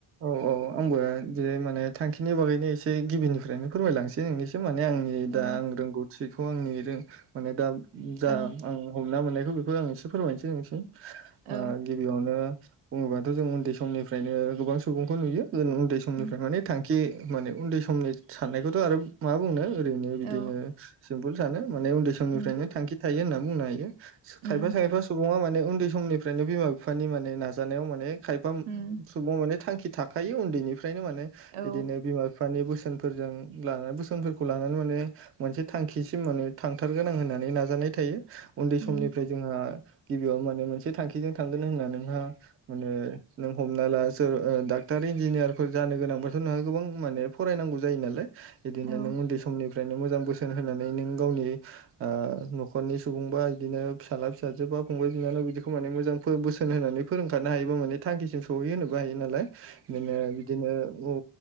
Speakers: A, on the right; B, on the right.
A: औ औ आंबो बे माने थांखिनि बागैनो एसे गिबिनिफ्रायनो फोरमायलांसै नोंनिसिम माने आंनि दा
B: औ
A: आं रोंगौथिखौ आंनि रो माने दा जा
B: औ
A: आं हमना मोननाय बेखौ आं एसे फोरमायनोसै नोंसिम
B: औ
A: ओ गिबियावनो बुङोबाथ' जों उन्दै समनिफ्रायनो गोबां सुबुंखौ नुयो जों उन्दै समनिफ्राय
B: उम
A: माने थांखि खि माने उन्दै समनि साननायखौथ' आरो मा बुंनो ओरैनो बिदिनो
B: औ
A: सिम्पोल सानो माने उन्दै समनिफ्रायनो
B: उम
A: थांखि थायो होनना बुंनो हायो
B: उम
A: खायफा खायफा सुबुङा माने उन्दै समनिफ्रायनो बिमा बिफानि माने नाजानायाव माने खायफा
B: उम
A: सुबुं माने थांखि थाखायो उन्दैनिफ्रायनो माने
B: औ
A: बिदिनो बिमा बिफानि बोसो बोसोनफोरजों लाना बोसोनफोरखौ लानानै माने मोनसे थांखिसिम माने थांथारगोन आं होननानै नाजानाय थायो। उन्दै
B: उम
A: समनिफ्राय जोंहा गिबियाव माने मोनसे थांखिजों थांगोन होनना नोंहा ओ माने नों हमना ला जो ओ डाक्टार इन्जिनियारफोर जानो गोनांब्लाथ' नोंहा गोबां माने फरायनांगौ जायो नालाय। बिदिनो
B: औ उम
A: नों उन्दै समनि फ्रायनो मोजां बोसोन होनानै नों गावनि ओ न'खरनि सुबुं बा इदिनो फिसाला फिसाजो- फंबाय-बिनानाव बिदिखौ माने मोजां फो बोसोन होनानै फोरोंखानो हायोबा माने थांखिम सहैयो होनोबा हायो नालाय माने बिदिनो औ